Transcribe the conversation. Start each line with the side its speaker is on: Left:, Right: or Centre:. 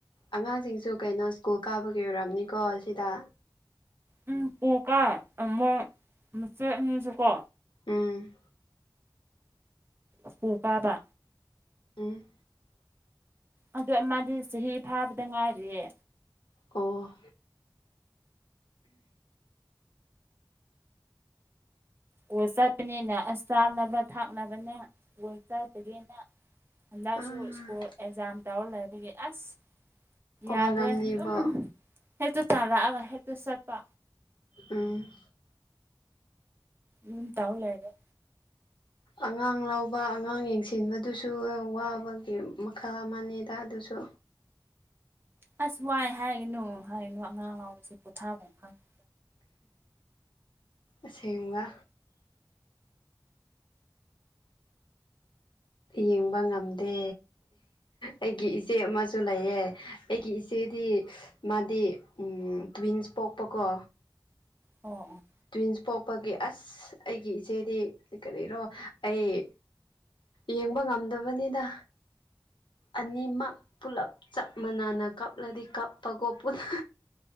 Left: ꯑꯉꯥꯡꯁꯤꯡꯁꯨ ꯀꯩꯅꯣ ꯁ꯭ꯀꯨꯜ ꯀꯥꯕꯒꯤ ꯑꯣꯏꯔꯝꯅꯤꯀꯣ ꯁꯤꯗ
Right: ꯎꯝ ꯄꯨꯛ ꯕꯥꯏ ꯃꯣꯏ ꯃꯆꯦ ꯑꯅꯤꯁꯨꯀꯣ
Left: ꯎꯝ
Right: ꯁ꯭ꯀꯨꯜ ꯀꯥꯕ
Left: ꯎꯝ
Right: ꯑꯗꯣ ꯑꯃꯥꯗꯤ ꯆꯍꯤ ꯐꯥꯕꯗ ꯉꯥꯏꯔꯤꯌꯦ
Left: ꯑꯣ
Right: ꯑꯣ ꯆꯠꯄꯅꯤꯅ ꯑꯁ ꯆꯥꯅꯕ ꯊꯥꯛꯅꯕꯅꯦ ꯑꯣ ꯆꯠꯄꯒꯤꯅ ꯍꯟꯗꯛꯁꯨ
Left: ꯑꯥ
Right: ꯁ꯭ꯀꯨꯜ ꯑꯦꯛꯖꯥꯝ ꯇꯧꯔ ꯂꯩꯕꯒꯤ ꯑꯁ ꯌꯥꯗꯦ
Left: ꯋꯥꯔꯝꯅꯤꯕꯣ
Right: ꯑꯗꯨꯝ ꯍꯦꯛꯇ ꯇꯥꯂꯛꯑꯒ ꯍꯦꯛꯇ ꯆꯠꯄ
Left: ꯎꯝ
Right: ꯗꯨꯝ ꯇꯧ ꯂꯩꯔꯦ
Left: ꯑꯉꯥꯡ ꯂꯧꯕ ꯑꯉꯥꯡ ꯌꯦꯡꯁꯤꯟꯕꯗꯨꯁꯨ ꯋꯥꯕꯒꯤ ꯃꯈꯜ ꯑꯃꯅꯦꯗ ꯑꯗꯨꯁꯨ
Right: ꯑꯁ ꯋꯥꯏ ꯍꯥꯏꯒꯅꯨ ꯍꯥꯏꯅꯨ ꯑꯉꯥꯡ ꯂꯥꯎꯕꯁꯦ ꯄꯣꯊꯥꯐꯝ ꯈꯪꯉꯦ
Left: ꯑꯁꯦꯡꯕ ꯌꯦꯡꯕ ꯉꯝꯗꯦ ꯑꯩꯒꯤ ꯏꯆꯦ ꯑꯃꯁꯨ ꯂꯩꯌꯦ ꯑꯩꯒꯤ ꯏꯆꯦ ꯑꯃꯁꯨ ꯂꯩꯌꯦ ꯃꯥꯗꯤ ꯎꯝ ꯇ꯭ꯋꯤꯟꯁ ꯄꯣꯛꯄꯀꯣ
Right: ꯑꯣ ꯑꯣ
Left: ꯇ꯭ꯋꯤꯟꯁ ꯄꯣꯛꯄꯒꯤ ꯑꯁ ꯑꯩꯒꯤ ꯏꯆꯦꯗꯤ ꯀꯔꯤꯔꯣ ꯑꯩ ꯌꯦꯡꯕ ꯉꯝꯗꯕꯅꯤꯗ ꯑꯅꯤꯃꯛ ꯄꯨꯂꯞ ꯆꯞ ꯃꯥꯟꯅꯅ ꯀꯞꯂꯗꯤ ꯀꯞꯄꯀꯣ ꯄꯨꯟꯅ